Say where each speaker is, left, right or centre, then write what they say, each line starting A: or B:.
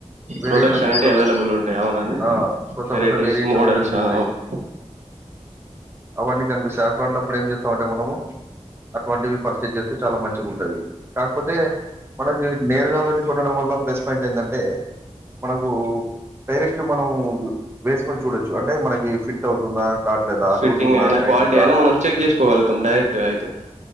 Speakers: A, on the right; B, on the right.
A: వేరియేషన్స్
B: ప్రోడక్ట్స్ అనేటివి
A: కొంటాం
B: అవైలబుల్ ఉంటాయి అవునండి
A: ఆ కొత్త
B: వెరైటీస్
A: కొత్త వేరియేషన్స్
B: మోడల్స్
A: కనిపిస్తాయి
B: ఆ అవును
A: అవన్నీ కనిపిస్తాయి అటువంటప్పుడు ఏం చేస్తాం అంటే మనము అటువంటివి పర్చేజ్ చేస్తే చాలా మంచిగా ఉంటాయి కాకపోతే మనకి నేరుగా వె కొనడం వల్ల ప్లస్ పాయింట్ ఏంటంటే మనకు డైరెక్ట్ మనం వేసుకొని చూడొచ్చు అంటే మనకి ఫిట్ అవుతుందా కాట్లేదా
B: ఫిట్టింగ్
A: లూజ్ ఉందా
B: అయినా
A: టైట్
B: క్వాలిటీ
A: ఉందా
B: అయినా మనం చెక్ చేసుకోగలుగుతాం డైరెక్ట్ అయితే